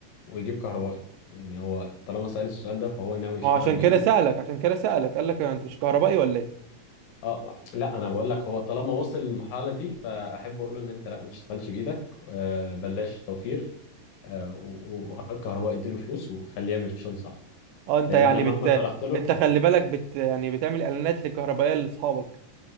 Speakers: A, on the left; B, on the right.
A: ويجيب كهربائي يعني هو طالما سأل السؤال ده فهو ناوي يشتغل
B: ما هو عشان
A: بايده
B: كده سألك عشان كده سألك قال لك انت مش كهربائي ولا ايه
A: اه لا انا بقول لك هو طالما وصل للمرحله دي فاحب اقول له ان انت لا ما تشتغلش بايدك آه بلاش توفير آه و- وهات كهربائي اديله فلوس وخليه يعمل الشغل صح
B: اه انت
A: لان
B: يعني
A: انا مهما
B: بت
A: شرحت له
B: انت خلي بالك بت يعني بتعمل اعلانات للكهربائية لاصحابك